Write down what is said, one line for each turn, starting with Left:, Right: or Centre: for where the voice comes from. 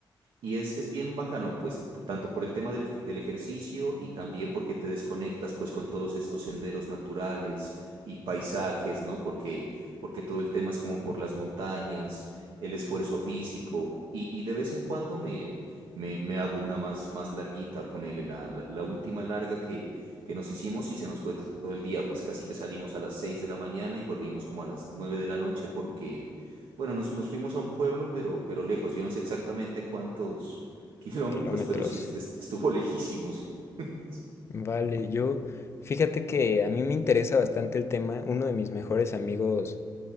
Right: Y es, es bien bacano, pues, tanto por el tema del, ej- del ejercicio y también porque te desconectas, pues, con todos estos senderos naturales y paisajes, ¿no? Porque, porque todo el tema es como por las montañas, el esfuerzo físico y, y de vez en cuando me, me, me hago una más, más larguita, ponele la, la, la última larga que, que nos hicimos y se nos fue todo el día, pues casi que salimos a las 6 de la mañana y volvimos como a las 9 de la noche porque bueno, nos, nos fuimos a un pueblo, pero, pero lejos. Yo no sé exactamente cuántos <laughs> kilómetros,
Left: Kilómetros.
Right: pero sí est- est- estuvo lejísimo, sí. <laughs>
Left: Vale, yo, fíjate que a mí me interesa bastante el tema. Uno de mis mejores amigos,